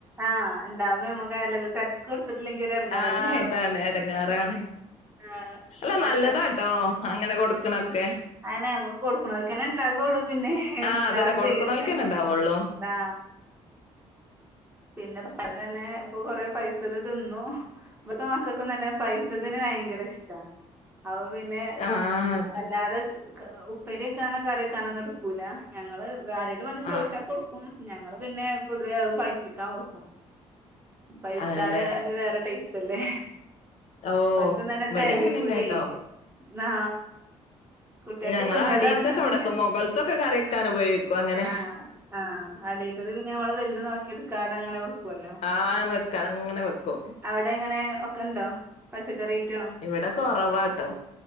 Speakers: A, on the right (about 15°); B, on the left (about 60°).
A: ആഹ് ഇണ്ടാവുമ്പോ നമ്മക്ക് അയൽവക്കക്കാർക്ക് കൊടുത്തിട്ടില്ലെങ്കി ഒരു എടങ്ങേറല്ലേ
B: ആഹ് അതാണ് എടങ്ങേറാണ്
A: ആഹ്
B: അല്ല
A: ഓര്
B: നല്ലതാട്ടോ അങ്ങനെ കൊടുക്കണൊക്കെ
A: അയിനെ നമക്ക് കൊടുക്കണർക്ക് തന്നെ ഇണ്ടാകുള്ളൂ പിന്നെ
B: ആഹ്
A: ഇണ്ടാവും
B: അതന്നെ കൊടുക്കണോൽക്കന്നെ
A: ചെയ്യട്ടെ
B: ഇണ്ടാവുള്ളൂ
A: ആ പിന്നെ പഴം തന്നെ ഇപ്പൊ കൊറെ പൈത്തത് തിന്നു ഇപ്പഴത്തെ മക്കൾക്കും തന്നെ പൈ ത്തതിന് ഭയങ്കര ഇഷ്ട അപ്പോ പിന്നെ
B: ആഹ്
A: അല്ലാതെ ഉപ്പേരിവെക്കാനോ കറിവെക്കാനോ എടുക്കൂല ഞങ്ങള് വേറാരലും വന്ന് ചോദിച്ചാൽ
B: ആഹ്
A: കൊടുക്കും ഞങ്ങള് പിന്നെ പൊതുവെ അത് പഴുപ്പിക്കാൻ വെക്കും പഴുത്താൽ
B: അതല്ലേ
A: അത് വേറെ ടേസ്റ്റ് അല്ലേ
B: ഓഹ്
A: അവക്കുംന്നന്നെ
B: ഇവിടെ
A: തികയൂല്ലേ
B: അങ്ങനെന്നെട്ടോ
A: നാ കുട്ടികക്ക്
B: ഞങ്ങളെ
A: തിന്നല്
B: അടീത്തൊക്കെ
A: തുടങ്ങിയ
B: ഇവിടൊക്കെ
A: പിന്നെ
B: മുകൾത്തൊക്കെ കറി വെക്കാൻ ഉപയോഗിക്കും അങ്ങനെ
A: ആഹ് ആഹ് അടി ത് പിന്നെ നമ്മള് വലുത് നോക്കി എടുക്കാത അങ്ങനെ വെക്കുവല്ലോ
B: ആഹ് വെക്ക അങ്ങനെ വെക്കും
A: അവിടെ എങ്ങനെ ഒക്കെണ്ടോ പച്ചക്കറി ഐറ്റം
B: ഇവിടെ കുറവാട്ടോ